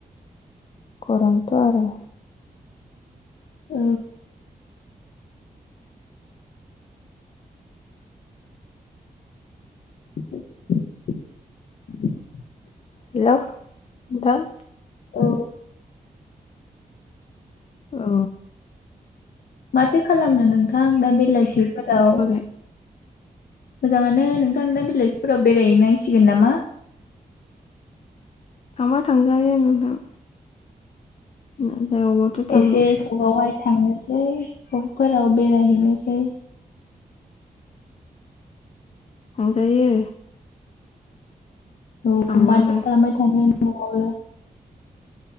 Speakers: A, on the left; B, on the left.
A: गरमथ आरो
B: औ। <inaudible>
A: हेलौ नोंथां
B: औ।
A: ओ
B: माथो खालामनो नोंथां दा बेलायसेफोराव
A: बोरै
B: मोजाङानो नोंथां दा बिलायसेफोराव बेरायनांसिगोन नामा?
A: थांबा थांजायो नोंथां। <unintelligible> थांनो
B: एसे सगावहाय थांनोसै सकफोराव बेरायहैनोसै
A: थांजायो।
B: औ
A: थांबालाय
B: माथो खालामबाय थानो नआवलाय